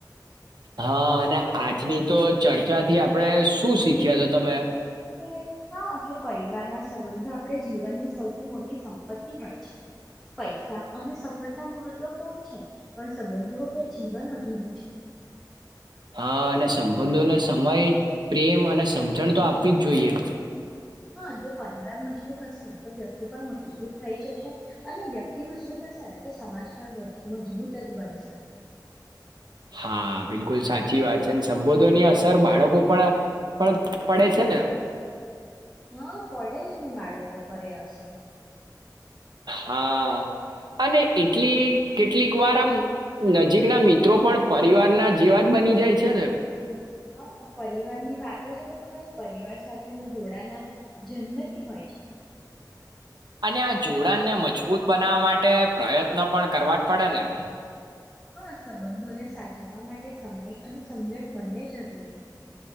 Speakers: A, on the right; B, in the centre.
A: હા, અને આજની તો ચર્ચાથી આપણે શું શીખ્યા તો તમે?
B: કે, હા કે પરિવાર ના સંબંધો આપણે જીવનની સૌથી મોટી સંપત્તિ હોય છે. પૈસા અને સફળતા મહત્વપૂર્ણ છે. પણ સંબંધો વગર જીવન અધૂરું છે.
A: હા અને સંબંધોને સમય, પ્રેમ અને સમજણ તો આપવી જ જોઈએ.
B: હા જો પરિવાર મજબૂત હશે ને તો વ્યક્તિ પણ મજબૂત થઈ જશે. અને વ્યક્તિ મજબૂત હશે ને તો સમાજ પણ મજબૂત જ બનશે.
A: હા બિલકુલ સાચી વાત છે ને સંબોધોની અસર બાળકો પણ પણ પડે છે ને
B: હા પડે છે ને બાળકો પર એ અસર
A: હા અને એટલી કેટલીક વાર આમ નજીકના મિત્રો પણ પરિવારના જેવા જ બની જાય છે ને
B: હહ પરિવારની વાત જ અલગ હોય પરિવાર સાથે તેનું જોડાણ આમ જન્મથી હોય છે.
A: અને આ જોડાણને મજબૂત બનાવા માટે પ્રયત્ન પણ કરવા જ પડે ને
B: હા સંબંધોને સાચવવા માટે સમય અને સમજણ બંને જરૂરી